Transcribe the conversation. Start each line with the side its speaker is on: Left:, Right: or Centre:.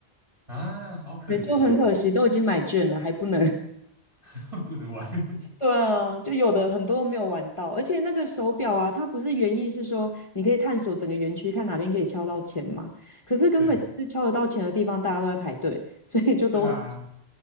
Right: 啊，好可惜哦，
Left: 对，就很可惜，都已经买券了，还不能。
Right: <laughs> 不能玩。
Left: 对啊，就有的很多都没有玩到，而且那个手表啊，它不是原意是说你可以探索整个园区，看哪边可以敲到钱嘛。
Right: <laughs>
Left: 可是根本就是敲得到钱的地方，
Right: 对
Left: 大家都在排队，<laughs> 所以就都很
Right: 对啊，